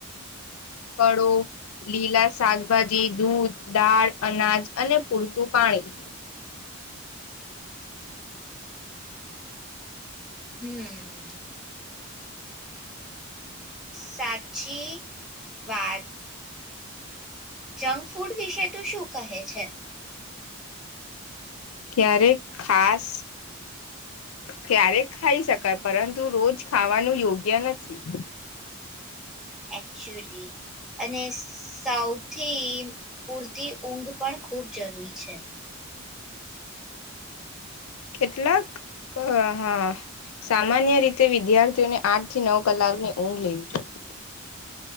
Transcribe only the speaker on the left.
ફળો લીલા શાકભાજી દૂધ દાળ અનાજ અને પૂરતું પાણી.
ક્યારેક ખાસ, ક્યારેક ખાઈ શકાય, પરંતુ રોજ ખાવાનું યોગ્ય નથી.
કેટલાક હહ સામાન્ય રીતે વિદ્યાર્થીઓને આઠ થી નવ કલાકની ઊંઘ લેવી જોઈએ.